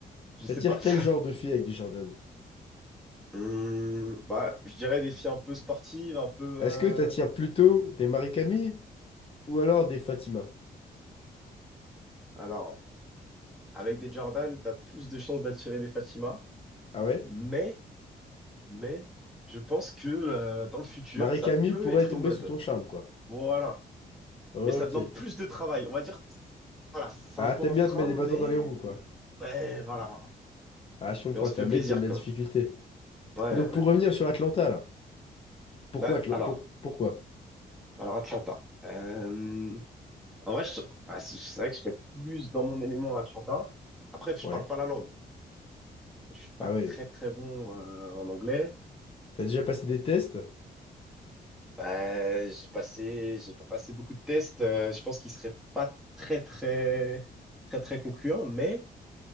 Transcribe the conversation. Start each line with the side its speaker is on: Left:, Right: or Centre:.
Centre: Je
Left: T'attires
Centre: sais pas. <laughs>
Left: quel genre de filles avec des Jordan?
Centre: Hum, bah, je dirais des filles un peu sportives, un peu...
Left: Est-ce
Centre: euh,
Left: que t'attires plutôt des Marie-Camille ou alors des Fatima?
Centre: Alors, avec des Jordan, t'as plus de chances d'attirer des Fatima,
Left: Ah ouais?
Centre: mais, mais, je pense que euh, dans le futur,
Left: Marie-Camille
Centre: ça peut
Left: pourrait
Centre: être
Left: tomber
Centre: une mode.
Left: sous ton charme, quoi.
Centre: Voilà.
Left: Ok.
Centre: Mais ça demande plus de travail. On va dire, voilà, c'est
Left: Ah,
Centre: un peu
Left: t'aimes
Centre: un
Left: bien
Centre: frein,
Left: te mettre des bâtons
Centre: mais
Left: dans les roues, quoi.
Centre: ouais, voilà.
Left: Ah, je comprends,
Centre: Mais on se
Left: t'es
Centre: fait
Left: un
Centre: plaisir
Left: mec qui aime la
Centre: quand
Left: difficulté.
Centre: même. Ouais,
Left: Mais donc,
Centre: ouais.
Left: pour revenir sur Atlanta, là. Pourquoi
Centre: Bah,
Left: Atla-
Centre: alors,
Left: pour... Pourquoi?
Centre: alors Atlanta. Euh, en vrai, je- ouais, c'est c'est vrai que je serais plus dans mon élément à Atlanta. Après, je
Left: Ouais.
Centre: parle pas la langue. Je suis pas
Left: Ah
Centre: très
Left: oui.
Centre: très bon euh, en anglais.
Left: T'as déjà passé des tests?
Centre: Bah, j'ai passé, j'ai pas passé beaucoup de tests. Euh, je pense qu'ils seraient pas très très très très concluants, mais